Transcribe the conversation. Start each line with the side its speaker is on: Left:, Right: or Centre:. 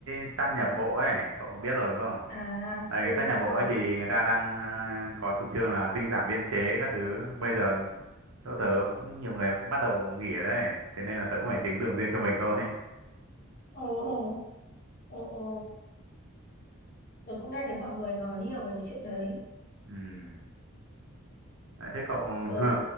Right: sát nhập bộ ấy cậu biết rồi đúng không
Left: À
Right: đây
Left: ừ
Right: cái sát nhập
Left: tôi
Right: bộ
Left: có.
Right: ấy thì người ta đang ờ, có chủ trương là tinh giản biên chế các thứ bây giờ chỗ tớ cũng nhiều người cũng bắt đầu nghỉ ở đây thế nên là tớ cũng phải tính đường riêng cho mình thôi <laughs>
Left: Ồ ồ ồ ồ tôi cũng nghe thấy mọi người nói nhiều về cái chuyện đấy.
Right: ừ. đấy, thế cậu
Left: Tớ
Right: <laughs>